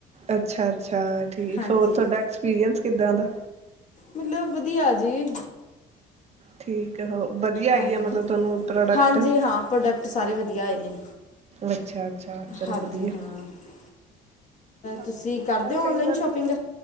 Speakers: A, on the right; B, on the left.
A: ਅੱਛਾ ਅੱਛਾ ਠੀਕ
B: ਹਾਂਜੀ।
A: ਹੋਰ ਤੁਹਾਡਾ ਐਕਸਪੀਰੀਅੰਸ ਕਿੱਦਾਂ ਦਾ।
B: ਮਤਲਬ ਵਧੀਆ ਜੀ।
A: ਠੀਕ। ਆ ਵਧੀਆ ਆਈ
B: ਹਾਂਜੀ
A: ਆ ਮਤਲਬ ਤੁਹਾਨੂੰ ਪ੍ਰੋਡਕਟ
B: ਹਾਂਜੀ ਹਾਂ ਪ੍ਰੋਡਕਟ ਸਾਰੇ ਵਧੀਆ ਆਏ ਨੇ।
A: ਅੱਛਾ, ਅੱਛਾ। ਚਲੋ
B: ਹਾਂਜੀ
A: ਵਧੀਆ।
B: ਹਾਂ।
A: ਹਾਂਜੀ
B: ਤੁਸੀਂ
A: ਹਾਂ
B: ਕਰਦੇ
A: ਪਰ
B: ਹੋ
A: ਕਈ
B: ਔਨਲਾਈਨ
A: ਵਾਰ
B: ਸ਼ੋਪਿੰਗ?